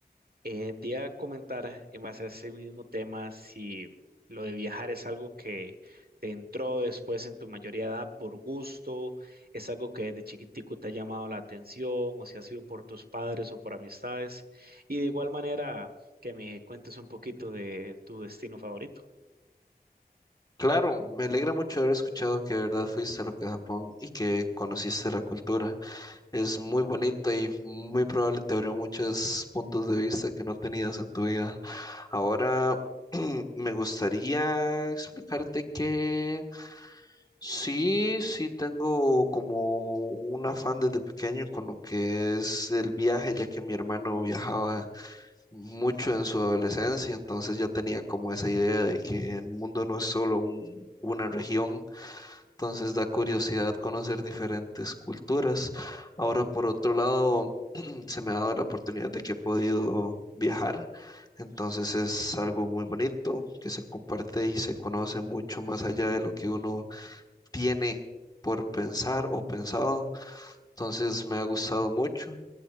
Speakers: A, on the right; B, on the left.
A: Eh, te iba a comentar en base a ese mismo tema si lo de viajar es algo que te entró después en tu mayoría de edad por gusto, es algo que desde chiquitico te ha llamado la atención o si ha sido por tus padres o por amistades. Y de igual manera que me cuentes un poquito de tu destino favorito.
B: Claro, me alegra mucho haber escuchado que de verdad fuiste a lo que es Japón y que conociste la cultura. Es muy bonita y muy probable te abrió muchos puntos de vista que no tenías en tu vida. Ahora <clears throat> me gustaría explicarte que sí, sí tengo como un afán desde pequeño con lo que es el viaje, ya que mi hermano viajaba mucho en su adolescencia, entonces ya tenía como esa idea de que el mundo no es solo un- una región, entonces da curiosidad conocer diferentes culturas. Ahora, por otro lado, se me ha dado la oportunidad de que he podido viajar, entonces es algo muy bonito que se comparte y se conoce mucho más allá de lo que uno tiene por pensar o pensado. Entonces me ha gustado mucho